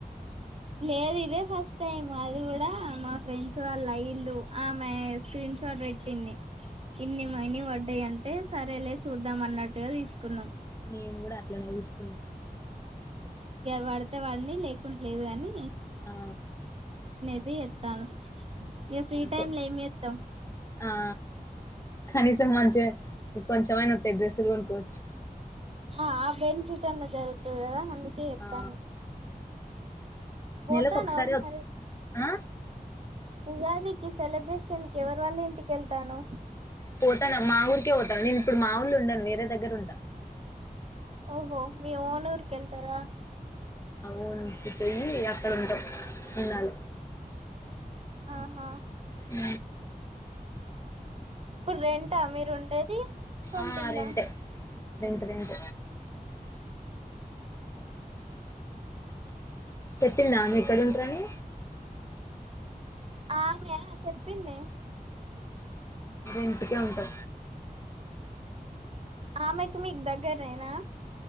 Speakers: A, on the right; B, on the left.
A: లేదు ఇదే ఫస్ట్ టైం అది కూడా మా ఫ్రెండ్స్ వాళ్ళు అయిదు ఆమె స్క్రీన్ షాట్ పెట్టింది ఇన్ని
B: ఆహా
A: మని పడ్డాయంటే సరేలే చూద్దాం అన్నట్టుగా తీసుకున్నాం
B: నేను కూడా అట్లనే తీసుకున్నా
A: వాడితే వాడిని లేకుం లేదు గాని
B: ఆ
A: అది ఎత్తను ఇగ ఫ్రీ
B: అంతే
A: టైమ్ లో ఏం చేస్తావ్
B: ఆ కనీసం మంచిగా కొంచెమైనా డ్రెస్సులు కొనుక్కోవచ్చు
A: ఆ ఆ బెనిఫిట్ అన్నా జరుగుతుద అందు కి ఎత్తనా
B: ఆ
A: పోతాను
B: నెలకు ఒకసారి
A: అమ్
B: వ
A: సరే
B: ఆ
A: ఉగాదికి సెలబ్రేషన్ కి ఎవరి వాళ్ళ ఇంటికెళ్తాను
B: పోతాను మా ఊరికే పోతాను నేను ఇప్పుడు మా ఊర్ళ ఉండను వేరే దగ్గర ఉంటా
A: ఓహో మీ ఓనూర్కెళ్తారా
B: ఓన్చ్ పోయి అక్కడ ఉంటాం ఉన్నాలి
A: ఆహా
B: అ
A: ఇప్పుడు రెంటా మీరు ఉండేది సొంతిల్లా
B: ఆ రెంటే రెంట రెంట పెట్టిందమె ఎక్కడుంటారని
A: ఆమె చెప్పింది
B: ఇంటికే ఉంటా
A: ఆమెకి మీకు దగ్గరేనా